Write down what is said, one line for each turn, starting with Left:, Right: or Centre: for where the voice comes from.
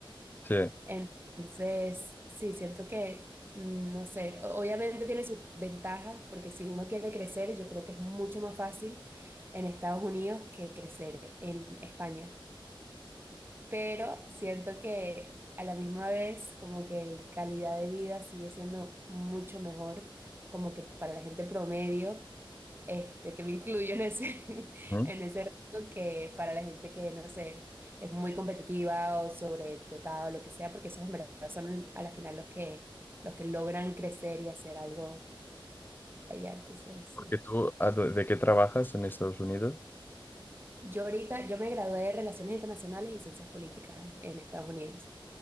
Left: sí.
Right: entonces, sí, siento que, mm, no sé, o- obviamente tiene sus ventajas, porque si uno quiere crecer, yo creo que es mucho más fácil en Estados Unidos que crecer en España. Pero siento que a la misma vez, como que la calidad de vida sigue siendo mucho mejor, como que para la gente promedio este, que me incluyo en ese, <laughs>
Left: ujú.
Right: en ese rango que para la gente que, no sé, es muy competitiva o sobredotada o lo que sea, porque esos en verdad son a la final los que, los que logran crecer y hacer algo allá. Entonces,
Left: Porque
Right: sí.
Left: tú, ¿a dó- ¿de qué trabajas en Estados Unidos?
Right: Yo ahorita, yo me gradué de Relaciones Internacionales y Ciencias Políticas en Estados Unidos.